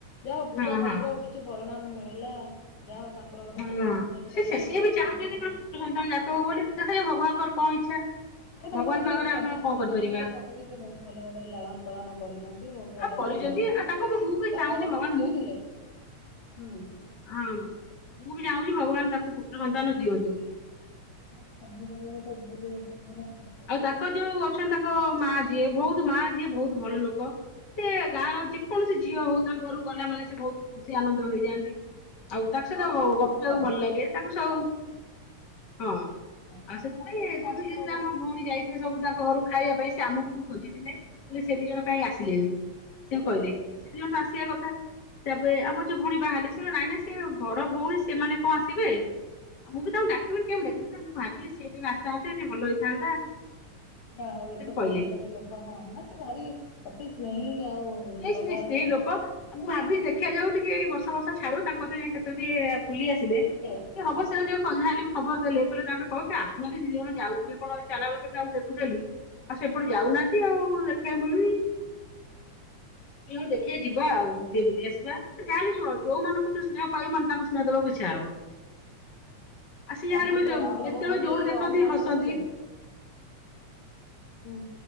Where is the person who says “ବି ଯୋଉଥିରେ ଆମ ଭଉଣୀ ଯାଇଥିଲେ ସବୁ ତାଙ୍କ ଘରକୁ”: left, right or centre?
Left